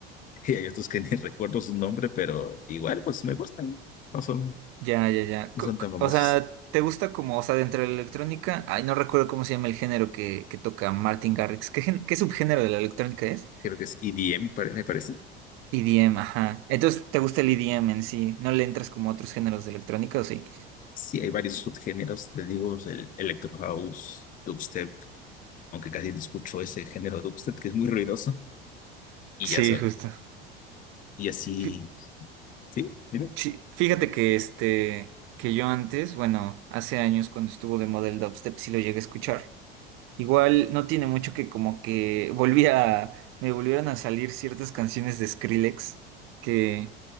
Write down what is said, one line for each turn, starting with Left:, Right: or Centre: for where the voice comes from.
Left: <laughs> Y hay otros que ni <laughs> recuerdo su nombre, pero igual pues me gustan. No son,
Right: ya, ya, ya.
Left: no
Right: Co-
Left: son tan
Right: co-
Left: famosos.
Right: O sea, ¿te gusta como, o sea, dentro de la electrónica? Ay, no recuerdo cómo se llama el género que, que toca Martin Garrix. ¿Qué, gen- qué subgénero de la electrónica es?
Left: Creo que es EDM, pare- me parece.
Right: EDM, ajá. Entonces, ¿te gusta el EDM en sí? ¿No le entras como a otros géneros de electrónica o sí?
Left: Sí, hay varios subgéneros, te digo, el Electro House, Dubstep, aunque casi no escucho ese género Dubstep, que es muy ruidoso. Y
Right: Sí,
Left: ya solo.
Right: justo.
Left: Y así,
Right: Fí-
Left: sí, dime.
Right: sí, Fíjate que este, que yo antes, bueno, hace años cuando estuvo de model dubstep sí lo llegué a escuchar. Igual no tiene mucho que como que volví a, me volvieron a salir ciertas canciones de Skrillex que